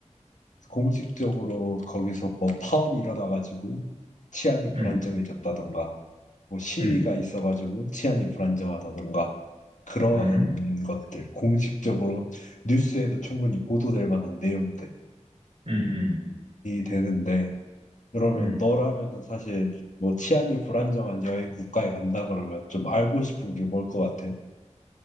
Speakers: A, on the left; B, on the right.
A: 공식적으로 거기서 뭐 파업이 일어나가지고 치안이 불안정해졌다던가
B: 음,
A: 뭐 시위가
B: 음,
A: 있어가지고 치안이 불안정하다던가 그러한
B: 음,
A: 것들 공식적으로 뉴스에도 충분히 보도될 만한 내용들이
B: 음, 음,
A: 되는데 그러면
B: 음.
A: 너라면은 사실 뭐 치안이 불안정한 여행 국가에 간다 그러면 좀 알고 싶은 게 뭘 것 같아?